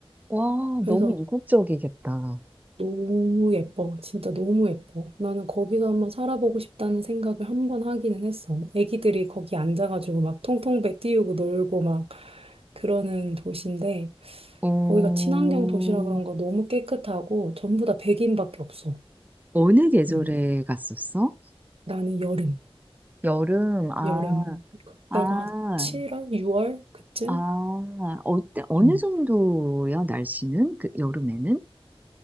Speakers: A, on the right (about 15°); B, on the right (about 70°).
A: 와,
B: 그래서
A: 너무 이국적이겠다.
B: 너무 예뻐. 진짜 너무 예뻐. 나는 거기서 한번 살아보고 싶다는 생각을 한번 하기는 했어. 막 애기들이 거기 앉아가지고 막 통통배 띄우고 놀고 막 그러는 도시인데
A: 어,
B: 거기가 친환경 도시라 그런가 너무 깨끗하고 전부 다 백인밖에 없어.
A: 어느 계절에
B: 응.
A: 갔었어?
B: 나는 여름.
A: 여름, 아,
B: 여름 그때가
A: 아,
B: 7월, 6월 그쯤?
A: 아, 어때, 어느
B: 음.
A: 정도야, 날씨는? 그, 여름에는?